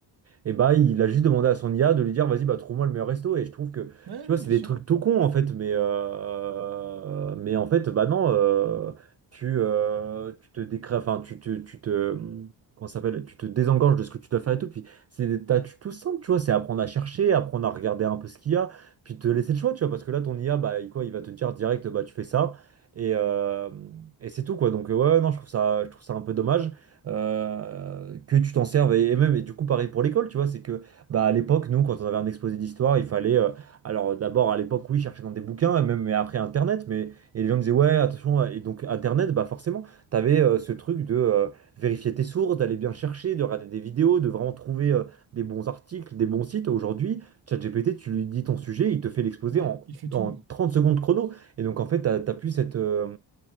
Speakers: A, on the right; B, on the right.
A: et bah, il a juste demandé à son IA de lui dire, vas-y, bah, trouve-moi le meilleur resto. Et je trouve que,
B: Ouais,
A: tu vois, c'est
B: bien
A: des
B: sûr.
A: trucs tout cons, en fait, mais, euh, mais en fait, bah non, euh, tu, euh, tu te décrées, enfin, tu, te- tu te... Comment ça s'appelle? Tu te désengages de ce que tu dois faire et tout. Puis c'est des tâches tout simples, tu vois. C'est apprendre à chercher, apprendre à regarder un peu ce qu'il y a puis te laisser le choix, tu vois, parce que là, ton IA, bah, il, quoi, il va te dire direct, bah, tu fais ça, et, euh, et c'est tout, quoi. Donc, euh, ouais, non, je trouve ça, je trouve ça un peu dommage euh, que tu t'en serves, et, et même, et du coup, pareil pour l'école, tu vois, c'est que, bah, à l'époque, nous, quand on avait un exposé d'histoire, il fallait, euh, alors, d'abord, à l'époque, oui, chercher dans des bouquins, et même, mais après, Internet, mais, et les gens disaient, ouais, attention, et donc, Internet, bah, forcément, t'avais avais ce truc de euh, vérifier tes sources, d'aller bien chercher, de regarder des vidéos, de vraiment trouver euh, des bons articles, des bons sites. Aujourd'hui, ChatGPT, tu lui dis ton sujet, il te fait l'exposer
B: Ouais,
A: en,
B: il fait tout.
A: en 30 secondes chrono. Et donc, en fait, t'as, t'as plus cette, euh,